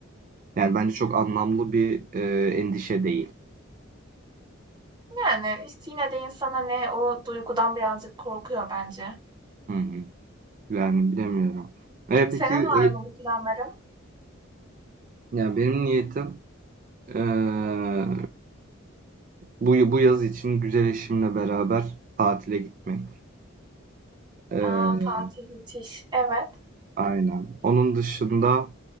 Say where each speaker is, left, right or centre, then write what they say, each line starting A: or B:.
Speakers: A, on the right (about 40°); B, on the right (about 20°).
A: Yani bence çok anlamlı bir, eee, endişe değil.
B: Yani, işte, yine de insana ne o duygudan birazcık korkuyor bence.
A: Hı hı. Yani bilemiyorum. E,
B: Senin
A: peki, eee,
B: var mı bu planların?
A: yani benim niyetim, eee, bu bu yaz için güzel eşimle beraber tatile gitmek. Eee,
B: A, tatil müthiş. Evet.
A: aynen. Onun dışında